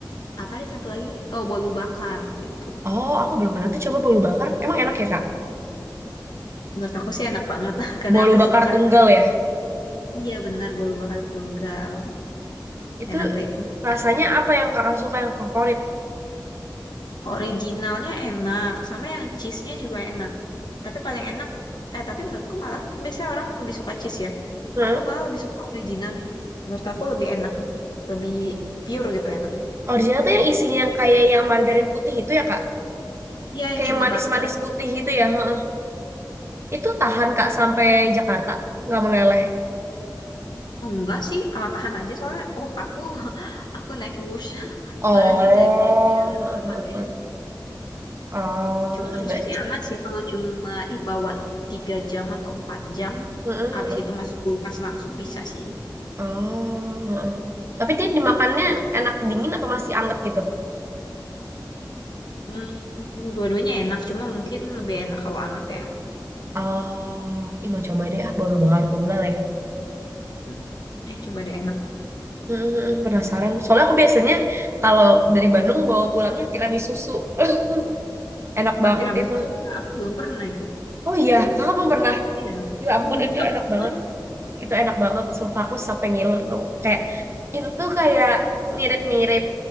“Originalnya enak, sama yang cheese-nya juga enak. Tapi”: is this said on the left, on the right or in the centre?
Left